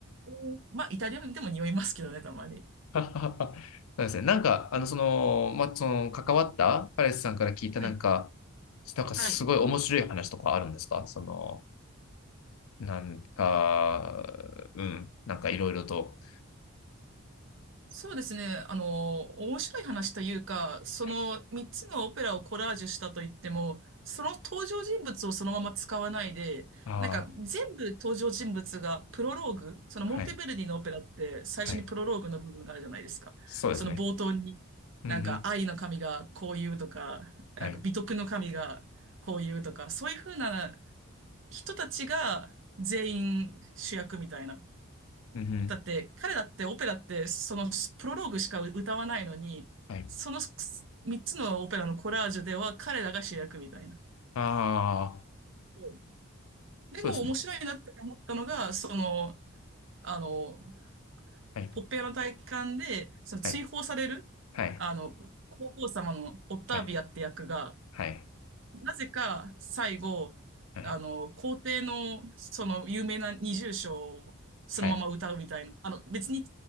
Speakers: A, on the right (about 60°); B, on the left (about 80°).
A: えーまあ、イタリアでも匂いますけどね、たまに。
B: <laughs> そうですね。なんか、あの、その、まあ、その、関わったパレスさんから聞いたなんか、
A: はい。
B: なんかすごい面白い話とかあるんですかその、
A: はい。
B: なんか、うん、なんかいろいろと。
A: そうですね。あの、面白い話というか、その3つのオペラをコラージュしたといっても、
B: はい、
A: その登場人物をそのまま使わないで、
B: ああ、
A: なんか全部登場人物がプロローグ、そのモンテベルディのオペラって最初にプロローグの部分があるじゃないですか。
B: はい、はい。そうですね。
A: その冒頭に、
B: うんうん、
A: なんか愛の神がこう言うとか、なんか美徳の神がこう言うとか、
B: はい、
A: そういうふうな人たちが全員主役みたいな。
B: うんうん、
A: だって、彼だってオペラって、そのプロローグしか歌わないのに、
B: はい。
A: その3つのオペラのコラージュでは彼らが主役みたいな。
B: ああ、
A: うんでも面白いなって思ったのが、
B: そうですね。
A: その、あの、
B: はい、
A: ポッペアの体感で、その追放される、
B: はい、はい、
A: あの、皇后様のオッタービアって役が、
B: はい、はい、
A: なぜか最後、
B: はい、
A: あの、皇帝のその有名な二重唱をそのまま歌うみたいな、
B: はい。
A: あの、別に違